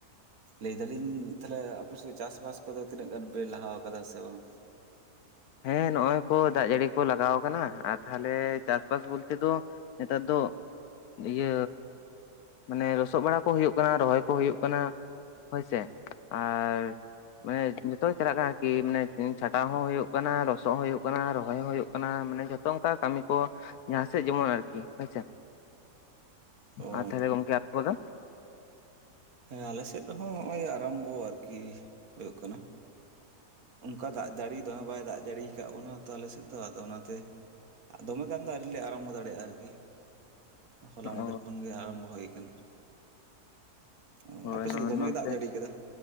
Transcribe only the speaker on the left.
ᱦᱮᱸ ᱱᱚᱼᱚᱭ ᱠᱚ ᱫᱟᱜ ᱡᱟᱹᱲᱤ ᱠᱚ ᱞᱟᱜᱟᱣ ᱠᱟᱱᱟ ᱟ ᱛᱟᱦᱚᱞᱮ ᱪᱟᱥᱼᱵᱟᱥ ᱵᱚᱞᱛᱮ ᱫᱚ ᱱᱮᱛᱟᱨ ᱫᱚ ᱤᱭᱟᱹ ᱢᱟᱱᱮ ᱞᱚᱥᱚᱜ ᱵᱟᱲᱟ ᱠᱚ ᱦᱩᱭᱩᱜ ᱠᱟᱱᱟ, ᱨᱚᱦᱚᱭ ᱠᱚ ᱦᱩᱭᱩᱜ ᱠᱟᱱᱟ᱾ ᱦᱳᱭ ᱥᱮ, ᱟᱨ ᱢᱟᱱᱮ ᱡᱚᱛᱚ ᱜᱮ ᱪᱟᱞᱟᱜ ᱠᱟᱱᱟ ᱠᱤ ᱢᱟᱱᱮ ᱩᱸ ᱪᱷᱟᱴᱟᱣ ᱦᱚᱸ ᱦᱩᱭᱩᱜ ᱠᱟᱱᱟ ᱞᱚᱥᱚᱜ ᱦᱚᱭᱩᱜ ᱠᱟᱱᱟ ᱨᱚᱦᱚᱭ ᱦᱚᱸ ᱦᱚᱭᱳᱜ ᱠᱟᱱᱟ ᱢᱟᱱᱮ ᱡᱷᱚᱛᱚ ᱚᱝᱠᱟ ᱠᱟᱹᱢᱤ ᱠᱚ᱾ ᱡᱟᱦᱟᱸ ᱥᱮᱜ ᱡᱮᱢᱚᱱ ᱟᱨᱠᱤ, ᱦᱳᱭ ᱥᱮ᱾
ᱟᱨ ᱛᱟᱦᱞᱮ ᱜᱚᱝᱠᱮ ᱟᱯ ᱠᱚᱫᱚ?
ᱚ
ᱦᱳᱭ
ᱱᱚᱛᱮ